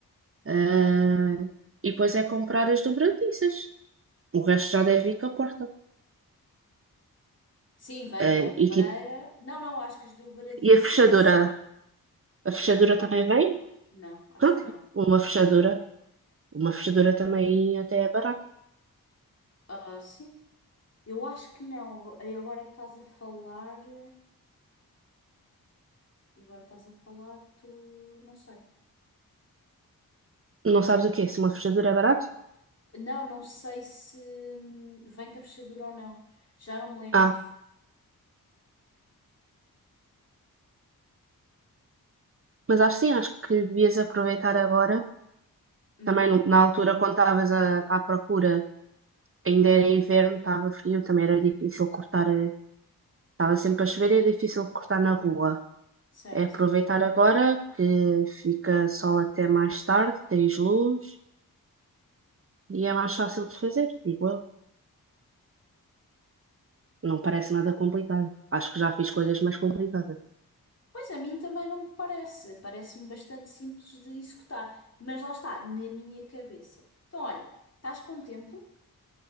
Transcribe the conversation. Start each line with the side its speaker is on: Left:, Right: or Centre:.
Right: ah, e depois é comprar as dobradiças. O resto já deve ir com a porta.
Left: Sim, vem
Right: Ah,
Left: a ombreira.
Right: e, tipo,
Left: Não, não, acho que as dobradiças.
Right: e a fechadura? A
Left: Fechadura
Right: fechadura
Left: não.
Right: também vem?
Left: Não, acho
Right: Pronto,
Left: que não.
Right: uma fechadura. Uma fechadura também até é barato.
Left: Ah, sim. Eu acho que não. Ago- E agora é que estás a falar. eh, E agora estás a falar, tu. Não sei.
Right: Não sabes o quê? Se uma fechadura é barato?
Left: Não, não sei se hum, vem com a fechadura ou não. Já não me lembro.
Right: Ah, mas acho sim, acho que devias aproveitar agora.
Left: Uhum,
Right: Também no- na altura, quando estavas a- à procura, ainda era inverno, estava frio, também era difícil cortar. eh, Estava sempre a chover e é difícil de cortar na rua.
Left: certo.
Right: É aproveitar agora que fica sol até mais tarde, tens luz e é mais fácil de fazer, digo eu. Não parece nada complicado. Acho que já fiz coisas mais complicadas.
Left: Pois a mim também não me parece. Parece-me bastante simples de executar. Mas lá está, na minha cabeça. Então, olha, estás com tempo?